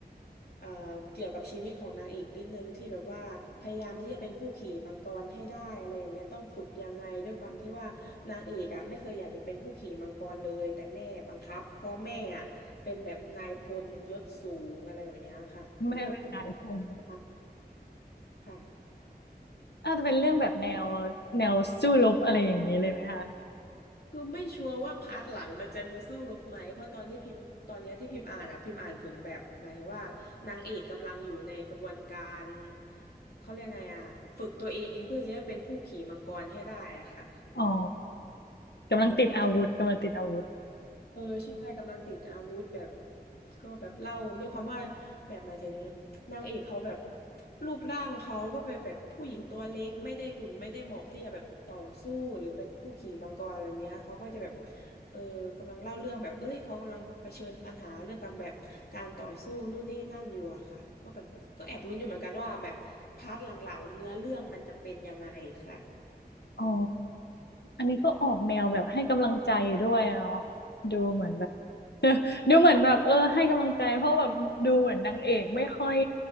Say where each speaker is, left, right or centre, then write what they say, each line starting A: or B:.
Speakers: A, on the left (about 70°); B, on the left (about 85°).
A: เอ่อเกี่ยวกับชีวิตของนางเอกนิดนึงที่แบบว่าพยายามที่จะเป็นผู้ขี่มังกรให้ได้อะไรอย่างเงี้ยต้องฝึกยังไงด้วยความที่ว่านางเอกอ่ะไม่เคยอยากจะเป็นผู้ขี่มังกรเลยแต่แม่บังคับเพราะแม่อ่ะเป็นแบบนายพลยศสูงอะไรแบบเนี้ยค่ะเรื่องแบบ
B: แม่แม่นายพล
A: <laughs> ประมาณค่ะ
B: อาจจะเป็นเรื่องแบบแนวแนวสู้รบอะไรอย่างนี้เลยไหมคะ
A: คือไม่ชัวร์ว่าพาร์ทหลังมันจะมีสู้รบไหมเพราะตอนที่พิมพ์ตอนเนี้ยที่พิมพ์อ่านอะพิมพ์อ่านถึงแบบหมายถึงว่านางเอกกำลังอยู่ในกระบวนการเขาเรียกไงอะฝึกตัวเองเพื่อจะได้เป็นผู้ขี่มังกรให้ได้อะค่ะ
B: อ๋อกำลังติดอาวุธกำลังติดอาวุธ
A: ใช่ เออใช่กำลังติดอาวุธแบบก็แบบเล่าด้วยความว่าแบบหมายถึงนางเอกเขาแบบรูปร่างเขาก็เป็นแบบผู้หญิงตัวเล็กไม่ได้หุ่นไม่ได้เหมาะที่จะแบบต่อสู้หรือเป็นผู้ขี่มังกรอะไรเนี้ยเขาก็จะแบบเออกำลังเล่าเรื่องแบบเอ้ยเขากำลังเผชิญปัญหาเรื่องกับแบบการต่อสู้นู่นนี่นั่นอยู่อะค่ะก็แบบก็แอบลุ้นอยู่เหมือนกันว่าแบบพาร์ทหลังๆเนื้อเรื่องมันจะเป็นยังไงค่ะ
B: อ๋ออันนี้ก็ออกแนวแบบให้กำลังใจด้วยเนาะดูเหมือนแบบ <laughs> ดูเหมือนแบบเออให้กำลังใจเพราะแบบดูเหมือนนางเอกไม่ค่อย